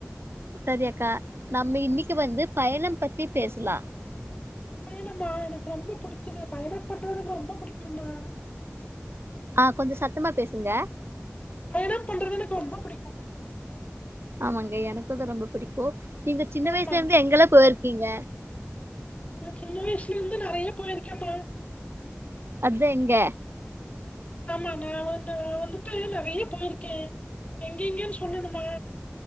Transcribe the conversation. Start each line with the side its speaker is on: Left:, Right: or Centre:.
Right: சரி அக்கா நம்ம இன்னிக்கு வந்து பயணம் பத்தி பேசலா
Left: ஏனம்மா எனக் ரொம்ப புடிச்சிது பயணம் பண்றதுக்கு ரொம்ப புடிக்கும்மா
Right: ஆ கொஞ்சோ சத்தமா பேசுங்க
Left: பயணம் பண்றது எனக் ரொம்ப புடிக்கு
Right: ஆமாங்க எனக்கு தா ரொம்ப புடிக்கோ நீங்க சின்ன
Left: ஆமா
Right: வயசுல இருந்து எங்கெல்லா போயிருக்கீங்க
Left: நா சின்ன வய்சுல இருந்து நெறைய போயிருக்கேம்மா
Right: அதா எங்க
Left: ஆமா நா வ ந வந்துட்டு நெறைய போயிருக்கே எங்கங்கேனு சொல்லணுமா